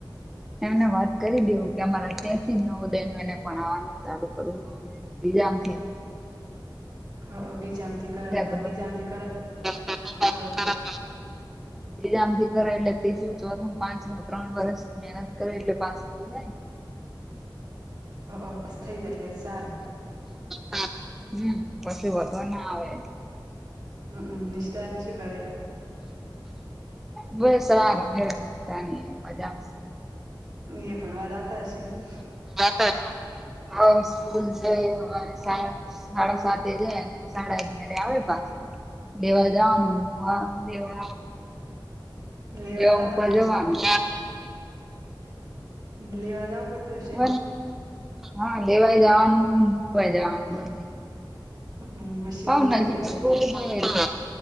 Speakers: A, in the centre; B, on the right (about 55°).
A: એમને વાત કરી દયો કે અમારે અત્યારથી નવોદયનું એને ભણાવાનું ચાલુ કરવું એજામથી
B: હ હ બીજામથી
A: કર
B: ત્રીજામથી કર
A: કર
B: તો
A: બીજામથી કરે એટલે ત્રીજું ચોથું પાંચમું ત્રણ વરષ મહેનત કરે એટલે પાસ થઇ જાયને <inaudible>
B: હ બસ થઈ જ એટલે ચાલે
A: હ હમ પછી વધો ના આવે
B: હ નિષ્ઠાની શું કરે
A: બસ આ રમે નિષ્ઠાની મજામાં શે
B: એ ભણવા જાતા હશે ને
A: અ હ સ્કૂલ જઈ હવારે સાડા સાતે જાય ને સાડા અગયારે આવે પાછા દેવા જવાનું મુકવા દેવા
B: ને
A: લેવા
B: જવા
A: મૂકવા
B: પડે
A: જવાનું
B: મેલવા લેવા જવું પડતું હશે
A: બ હા લેવાય જવાનું મૂકવાઈ જવાનું બંને
B: ને મશીન
A: હાવ નજીક
B: ચેવું હેડે
A: સ્કૂલ હે એટલે